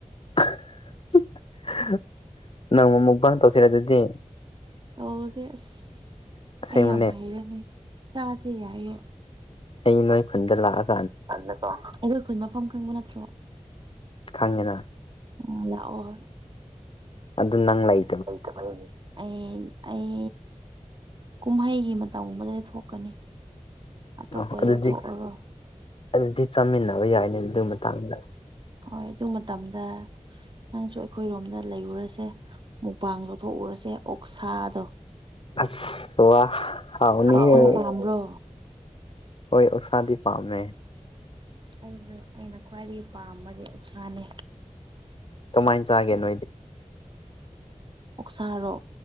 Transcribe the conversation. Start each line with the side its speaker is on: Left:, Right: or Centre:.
Left: <unintelligible> ꯅꯣꯡꯃꯥ ꯃꯨꯛꯕꯥꯡ ꯇꯧꯁꯤꯔ ꯑꯗꯨꯗꯤ
Right: ꯇꯧꯁꯦ ꯑꯁ
Left: ꯑꯁꯦꯡꯕꯅꯦ
Right: ꯑꯩ ꯌꯥꯝ ꯍꯩꯔꯅꯤ ꯆꯥꯁꯦ ꯌꯥꯏꯌꯦ
Left: ꯑꯩ ꯅꯣꯏ ꯈꯨꯟꯗ ꯂꯥꯛꯑꯒ
Right: <unintelligible> ꯑꯩꯈꯣꯏ ꯈꯨꯟ ꯃꯐꯝ ꯈꯪꯕ ꯅꯠꯇ꯭ꯔꯣ
Left: ꯈꯪꯉꯤꯅꯥ
Right: ꯑꯝ ꯂꯥꯛꯑꯣ
Left: ꯑꯗꯨ ꯅꯪ ꯂꯩ
Right: ꯂꯩꯇꯕꯩꯅꯤ ꯑꯩ ꯑꯩ ꯀꯨꯝꯍꯩꯒꯤ ꯃꯇꯝꯒꯨꯝꯕꯗꯗꯤ ꯊꯣꯛꯀꯅꯤ ꯑꯇꯣꯞꯄꯗꯤ
Left: ꯑꯣ ꯑꯗꯨꯗꯤ
Right: ꯊꯣꯛꯑꯔꯣꯏ
Left: ꯑꯗꯨꯗꯤ ꯆꯥꯃꯤꯟꯅꯕ ꯌꯥꯏꯅꯦ ꯑꯗꯨꯒꯤ ꯃꯇꯥꯡꯗ
Right: ꯍꯣꯏ ꯑꯗꯨ ꯃꯇꯝꯗ ꯅꯪꯁꯨ ꯑꯩꯈꯣꯏꯔꯣꯝꯗ ꯂꯩꯔꯨꯔꯁꯦ ꯃꯨꯄꯥꯡ ꯂꯧꯊꯣꯛꯎꯔꯁꯦ ꯑꯣꯛꯁꯥꯗꯣ
Left: ꯑ ꯋꯥ ꯋꯥ ꯍꯥꯎꯥꯎꯅꯤꯍꯦ
Right: ꯑꯣꯛꯁꯥ ꯄꯥꯝꯕ꯭ꯔꯣ
Left: ꯍꯣꯏ ꯑꯣꯁꯥꯗꯤ ꯄꯥꯝꯃꯦ
Right: ꯑꯩꯁꯨ ꯑꯩꯅ ꯈ꯭ꯋꯥꯏꯗꯒꯤ ꯄꯥꯝꯕꯗꯤ ꯎꯁꯥꯅꯤ
Left: ꯀꯃꯥꯏꯅ ꯆꯥꯒꯦꯅꯣꯣꯏꯗꯤ
Right: ꯑꯣꯛꯁꯥꯔꯣ